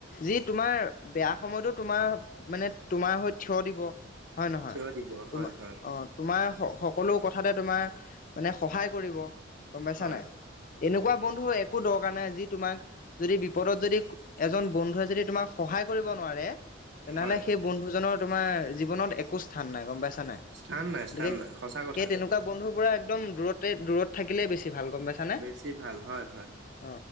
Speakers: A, on the left; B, on the right.
A: যি তোমাৰ বেয়া সময়তো তোমাৰ মানে তোমাৰ হৈ থিয় দিব । হ'য় নহয়?
B: থিয় দিব
A: তোমা
B: হয়, হয়,
A: অ তোমাৰ স সকলো কথাতে তোমাক মানে সহায় কৰিব ।গম পাইছা
B: হয়,
A: নাই? এনেকোৱা বন্ধু একো দৰকাৰ নাই যি তোমাক যদি বি- পদত যদি এজন বন্ধুৱে যদি তোমাক সহায় কৰিব নোৱাৰে তেনেহ'লে
B: হয়।
A: সেই বন্ধুজনৰ তোমাৰ জীৱনত একো স্থান নাই ।গম পাইছা নাই?
B: স্থান নাই, স্থান
A: সেই-
B: নাই সঁচা কথা
A: সেই তেনেকোৱা বন্ধু বোৰে একদম দূৰতে দূৰত থাকিলেই বেছি ভাল। গম পাইছানে?
B: বেছি ভাল হয়, হয়,
A: অ